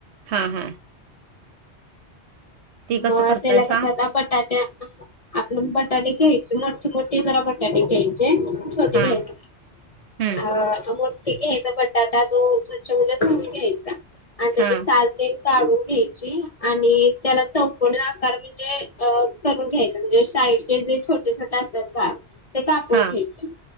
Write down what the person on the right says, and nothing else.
हा, हा. ती कसं
करतायसा?
हा,
हं,
हा,
हम्म
हा,